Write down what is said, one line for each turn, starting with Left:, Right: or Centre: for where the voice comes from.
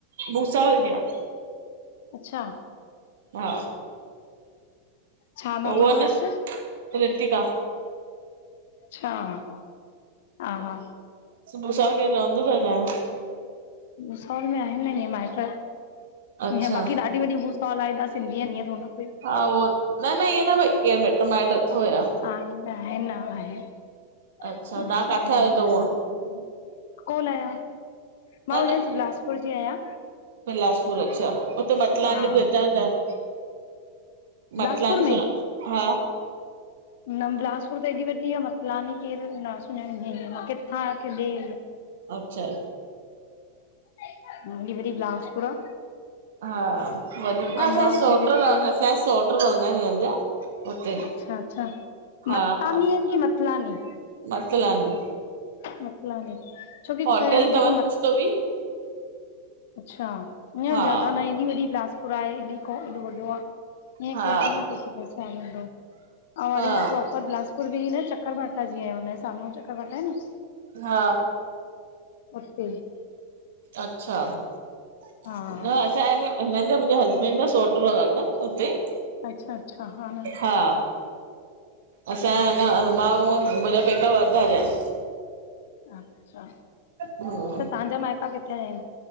Right: भूसावल जी आ।
Left: अच्छा
Right: हा
Left: छा नालो
Right: त उहो
Left: तवस?
Right: न रितिका
Left: अच्छा हा, हा
Right: छो भूसावल केर रहंदो तव तांजो?
Left: भूसावल में आहिन ईअं माएट्र
Right: अच्छा
Left: हिअं बाक़ी ॾाढी एॾी वॾी भूसावल आए एॾा सिंधी आहेन।
Right: हा उहो न न इअं न भई के मिट माइट अथव छा?
Left: हा ईअं त आहिन न, आहेन, <unintelligible>
Right: अच्छा तव्हां किथे आहियो त हूअं
Left: कोन आयां मां
Right: न
Left: उन
Right: न
Left: बिलासपुर जी आयां।
Right: बिलासपुर अच्छा उते मतलानी
Left: हा
Right: पहेचांदा आयो?
Left: बिलासपुर
Right: मतलानी
Left: में
Right: सु हा।
Left: न बिलासपुर त ऐएॾी वॾी आहे मतलानी केरु आहिन न सुञाणंदी खयां मां किथां आ केॾे।
Right: अच्छा।
Left: हे ॾी वॾी बिलासपुरा आ।
Right: हा वधीक न असांजा
Left: अमरावती
Right: सोट
Left: जे
Right: असांजा
Left: पूरे
Right: सोट रहंदा आहिन हिनन जा। हुते
Left: अच्छा- अच्छा
Right: हा
Left: मततानी
Right: हा
Left: आहिन की मतलानी?
Right: मतलानी
Left: मतलानी छोकी
Right: होटल
Left: अ,
Right: अथव
Left: जेके
Right: न
Left: मत
Right: कुझ त बि
Left: अच्छा इ
Right: हा
Left: ज्यादा न हेॾी वॾी बिलासपुर आहे ॾी ॾो वॾो आ। इय
Right: हा
Left: केर कोई थोॾी न केखे पहचान दो अऊं
Right: हा
Left: मां परोपर बिलासपुर पुर्वी न चक्कर वाटा जीअं आया हुनजे साम्हूं चक्कर वाटा आहे न
Right: हा
Left: अते
Right: अच्छा न
Left: हा
Right: छा आहे न हिननि जा मुंहिंजे हस्बैंड जा सोट रहंदा अथनि हुते।
Left: अच्छा -अच्छा हा न
Right: हा असांजा न मां उअ मुंहिंजा पैका वर्धा जा आहीन।
Left: अच्छा
Right: हूं
Left: तहां जा मायट किथां जाआहिन?